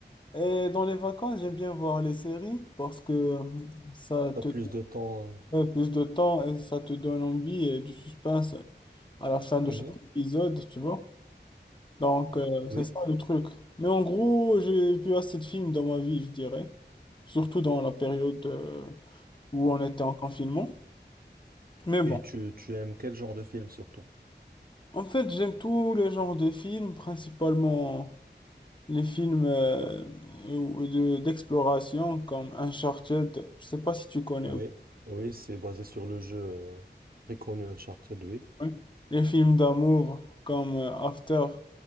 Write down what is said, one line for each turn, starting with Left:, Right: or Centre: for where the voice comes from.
Left: Et dans les vacances, j'aime bien voir les séries parce que ça
Right: T'as
Left: te
Right: plus de temps.
Left: donne plus de temps et ça te donne envie et du suspense à la fin de
Right: euh,
Left: chaque
Right: mhm,
Left: épisode, tu vois. Donc, euh,
Right: Oui.
Left: c'est ça le truc. Mais en gros, j'ai vu assez de films dans ma vie, je dirais. Surtout dans la période euh, où on était en confinement. Mais bon,
Right: Et tu, tu aimes quel genre de film surtout?
Left: en fait, j'aime tous les genres de films, principalement les films euh, ou- de- d'exploration comme Uncharted. Je sais pas si tu connais.
Right: Oui. Oui, c'est basé sur le jeu euh, très connu Uncharted, oui.
Left: oui. Les films d'amour comme euh, After.